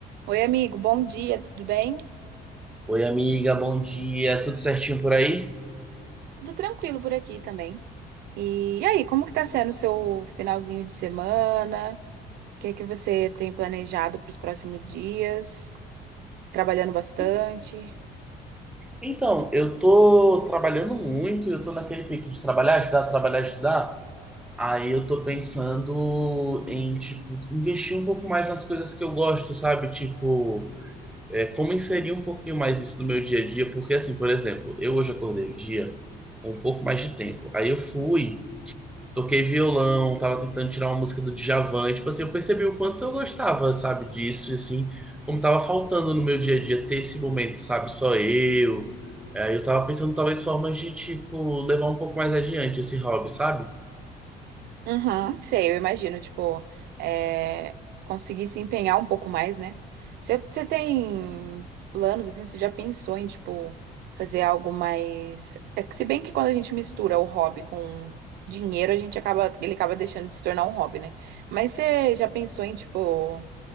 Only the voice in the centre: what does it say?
Oi, amiga, bom dia. Tudo certinho por aí?
E- Então, eu tô trabalhando muito, eu tô naquele pique de trabalhar, estudar, trabalhar, estudar. Aí eu tô pensando em, tipo, investir um pouco mais nas coisas que eu gosto, sabe? Tipo, é, como inserir um pouquinho mais isso no meu dia a dia? Porque, assim, por exemplo, eu hoje acordei o dia com um pouco mais de tempo. Aí eu fui. Toquei violão, tava tentando tirar uma música do Djavan, e, tipo assim, eu percebi o quanto eu gostava, sabe, disso, e assim, como tava faltando no meu dia a dia ter esse momento, sabe, só eu. Aí eu tava pensando talvez formas de, tipo, levar um pouco mais adiante esse hobby, sabe?